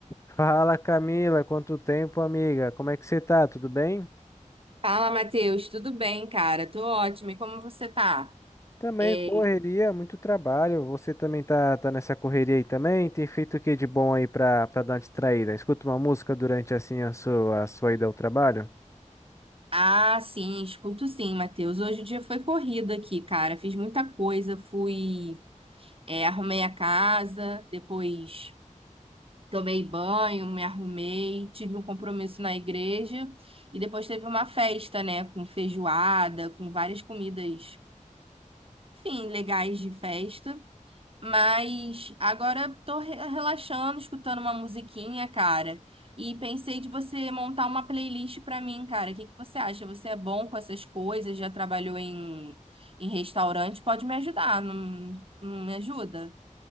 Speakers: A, on the left (about 20°); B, on the right (about 45°).
A: Fala Camila, quanto tempo, amiga? Como é que você tá? Tudo bem?
B: Fala, Matheus, tudo bem, cara? Tô ótima. E como você tá?
A: Também
B: É,
A: correria, muito trabalho. Você também tá, tá nessa correria aí também? Tem feito o que de bom aí pra, pra dar uma distraída? Escuta uma música durante assim a sua, a sua ida ao trabalho?
B: Ah, sim, escuto sim, Matheus. Hoje o dia foi corrido aqui, cara. Fiz muita coisa, fui, é, arrumei a casa, depois tomei banho, me arrumei, tive um compromisso na igreja e depois teve uma festa, né, com feijoada, com várias comidas, enfim, legais de festa. Mas agora tô re- relaxando, escutando uma musiquinha, cara. E pensei de você montar uma playlist pra mim, cara. O que que você acha? Você é bom com essas coisas? Já trabalhou em, em restaurante? Pode me ajudar, não, não me ajuda?